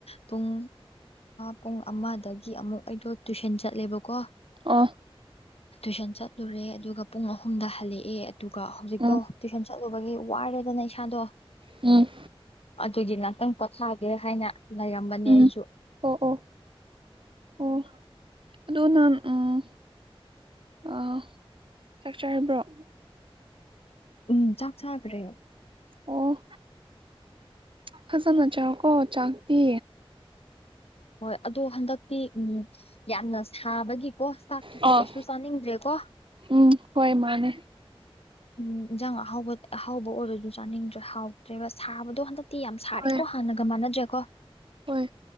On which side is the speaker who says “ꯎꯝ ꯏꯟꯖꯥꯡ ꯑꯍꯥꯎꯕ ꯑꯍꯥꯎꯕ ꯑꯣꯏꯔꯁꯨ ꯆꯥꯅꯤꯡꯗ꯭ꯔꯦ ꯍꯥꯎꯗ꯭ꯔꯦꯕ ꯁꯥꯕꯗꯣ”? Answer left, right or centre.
Left